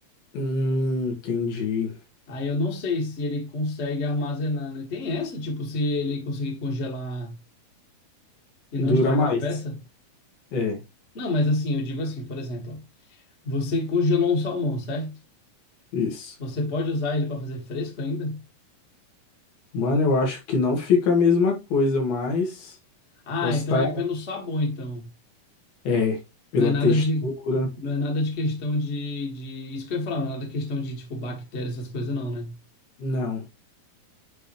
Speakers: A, on the left; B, on the left.
A: Hum, entendi.
B: Aí eu não sei se ele consegue armazenar, né? Tem essa, tipo, se ele conseguir congelar e
A: Dura
B: não estragar
A: mais.
B: a peça?
A: É,
B: Não, mas assim, eu digo assim, por exemplo, ó, você congelou um salmão, certo?
A: isso.
B: Você pode usar ele para fazer fresco ainda?
A: Mano, eu acho que não fica a mesma coisa, mas
B: Ah,
A: posso
B: então
A: estar.
B: é
A: errado.
B: pelo sabor, então.
A: É, pela
B: Não é nada
A: textura.
B: de, não é nada de questão de, de, isso que eu ia falar, não é nada de questão de, tipo, bactéria, essas coisas não, né?
A: Não.